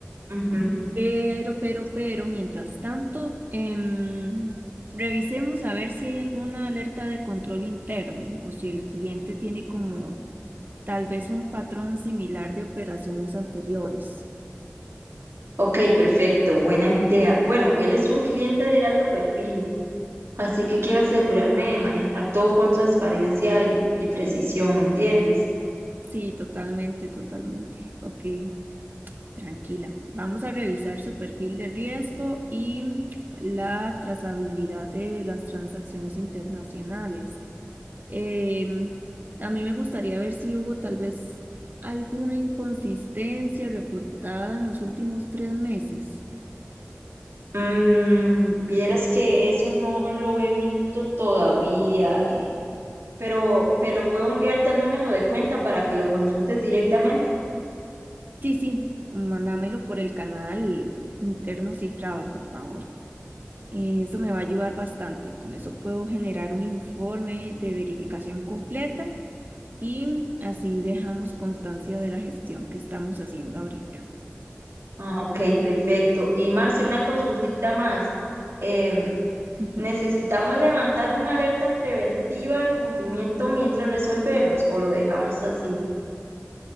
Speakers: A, on the right; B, on the right.
A: Ujú,
B: Pero, pero, pero, mientras tanto, em, revisemos a ver si hay alguna alerta de control interno o si el cliente tiene como tal vez un patrón similar de operaciones anteriores.
A: Ok, perfecto, buena idea. Bueno, él es un cliente de alto perfil, así que quiero asegurarme de manejar todo con transparencia y, y precisión, ¿me entiendes?
B: Sí, totalmente, totalmente. Ok, tranquila. Vamos a revisar su perfil de riesgo y la trazabilidad de las transacciones internacionales. Eh, a mí me gustaría ver si hubo tal vez alguna inconsistencia reportada en los últimos tres meses.
A: Mm, vieras que eso no lo he visto todavía. eh, pero, pero puedo enviarte el número de cuenta para que lo consultes directamente.
B: Sí, sí, mándamelo por el canal interno cifrado, por favor. Eh, eso me va a ayudar bastante. Con eso puedo generar un informe de verificación completa y así dejamos constancia de la gestión que estamos haciendo ahorita.
A: Ah, ok, perfecto. Y Marce, una consultita más. Em,
B: Ujú.
A: ¿necesitamos levantar una alerta preventiva en cumplimiento mientras resolvemos o lo dejamos así?